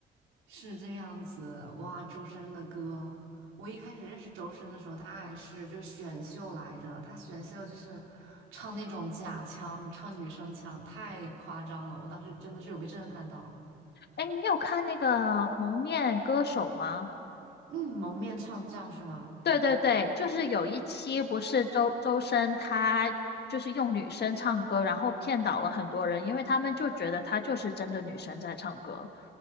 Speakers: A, on the right; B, on the left.
A: 是这样子，哇，周深的歌，我一开始认识周深的时候，他还是就选秀来着，他选秀就是唱那种假腔，唱女生腔，太夸张了，我当时真的是有被震撼到。
B: 哎，你有看那个《蒙面歌手》吗？
A: 嗯，蒙面唱将是吗？
B: 对对对，就是有一期不是周周深他就是用女生唱歌，然后骗倒了很多人，因为他们就觉得她就是真的女生在唱歌。